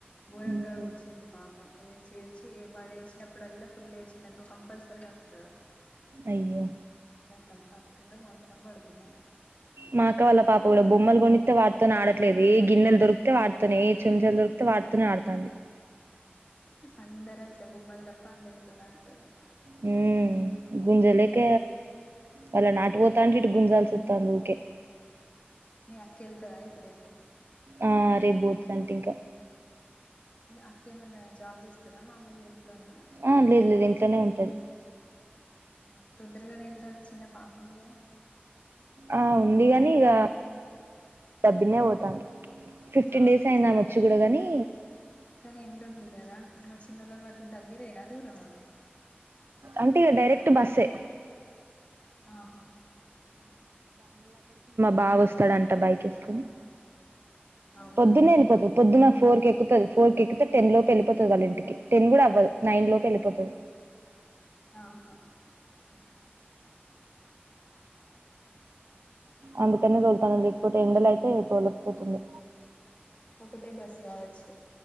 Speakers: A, on the left; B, on the right.
A: బూరంగా
B: ఉమ్
A: కుచింది పాపం ఏ చేడ్చి వాడ ఏడ్చినప్పుడల్లా ఫుల్ ఏడ్చిన్ డనుకో కంపల్సరీగా కక్కుతాడు
B: అయ్యో
A: కతం కక్కీడూ మొత్తం పడుకునాడు
B: మా అక్క వాళ్ళ పాప కూడా బొమ్మలు కొనితే వాటితో ఆడట్లేదు గిన్నెలు దొరికితే వాటీతోనే ఏ చెంచాలు దొరికితే వాటీతోనే ఆడుతాంది
A: అందర అంతే బొమ్మలతో తప్ప అన్నిడి తో ఆడతారు
B: హ్మ్ గుంజలేక అళ్ళ నాటు పోతా అంటె ఇటు గుంజాల్సీ వస్తాంది ఊకే
A: మీ అక్క వెళ్తాద అయితే రేపు
B: ఆ రేపు పోతుందంట ఇంకా
A: అక్క ఏమన్నా జాబ్ చేస్తారా మామూలుగా ఇంట్లోనే
B: ఆ లేదు లేదు ఇంట్లోనే ఉంటది
A: ఆ పొద్దుగాల్నే వెళ్తాంది చిన్న పాపుందిగా
B: ఆ ఉంది గాని ఇక పొద్దున్నే పోతాంది ఫిఫ్టీన్
A: ఆహా
B: డేస్ అయిందామే వచ్చి కూడా కాని
A: కానీ ఎండ ఉంది కదా అమ్మ చిన్నోళ్ళనీ పట్టుకుని దగ్గరేనా దూరమా
B: ఆంటీగా డైరెక్ట్ బస్ ఏ
A: ఆహా
B: బావా వస్తాడంట బైక్ వేసుకొని
A: అవునా
B: పొద్దున్న వెళ్ళిపోతుంది పొద్దున్న ఫోర్ కి ఎక్కుతది ఫోర్ కి ఎక్కితే టెన్ లోపూ వెళ్ళిపోతుంది వాళ్ళ ఇంటికి టెన్ కూడా అవ్వదు నైన్ లోపూ వెలిపోతది
A: ఆహా
B: అందుకనే తోలుతాను లేకపోతే ఎండల అయితే తోలకపోతుండే
A: ఒకటే బస్ కావచ్చు